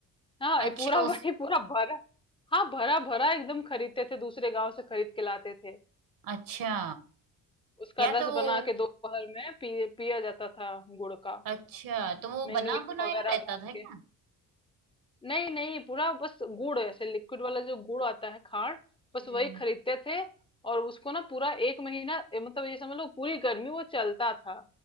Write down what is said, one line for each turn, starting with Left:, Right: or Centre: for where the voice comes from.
Left: हाँ ये
Right: अच्छा
Left: पूरा
Right: हाँ
Left: <laughs>
Right: उस
Left: वही पूरा भरा हाँ भरा भरा एकदम खरीदते थे दूसरे गांव से खरीद के लाते थे
Right: अच्छा
Left: उसका
Right: या
Left: रस
Right: तो
Left: बना
Right: हाँ, वो
Left: के दोपहर में पी, पिया जाता था गुड़ का
Right: अच्छा तो
Left: उसमें
Right: वो बना
Left: नींबू
Right: बुनाया
Left: वगैरह
Right: रहता
Left: गाड़ के
Right: था क्या
Left: नहीं नहीं पूरा बस गुड़ ऐसे लिक्विड वाला जो गुड़ आता है खांड बस
Right: हम्म
Left: वही खरीदते थे और उसको ना पूरा एक महीना ए, मतलब ये समझ लो पूरी गर्मी वो चलता था